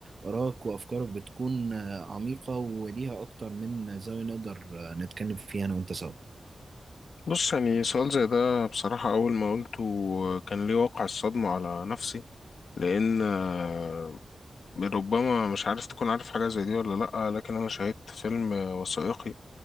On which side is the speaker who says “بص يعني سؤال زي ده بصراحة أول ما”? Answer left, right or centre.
Left